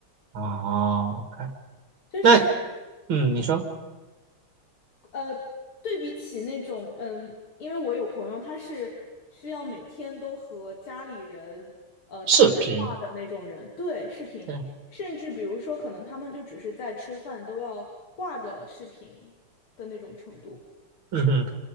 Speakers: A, on the right; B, on the left.
A: 哦，OK，
B: 就是
A: 那嗯，你说
B: 呃对比起那种嗯，因为我有朋友他是需要每天都和家里人呃打电话的那种人，
A: 视频，
B: 对，视频，
A: 对，
B: 甚至比如说可能他们就只是在吃饭都要挂着视频的那种程度。
A: 嗯哼，